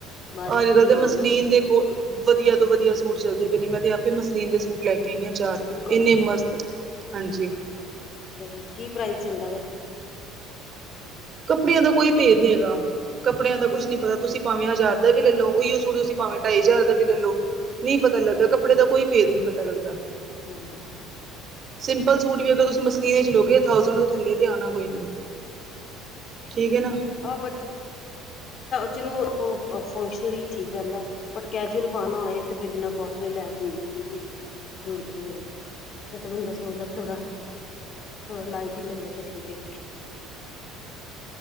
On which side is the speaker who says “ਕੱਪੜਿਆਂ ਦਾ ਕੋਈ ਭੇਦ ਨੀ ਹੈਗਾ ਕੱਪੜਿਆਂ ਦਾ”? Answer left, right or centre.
Right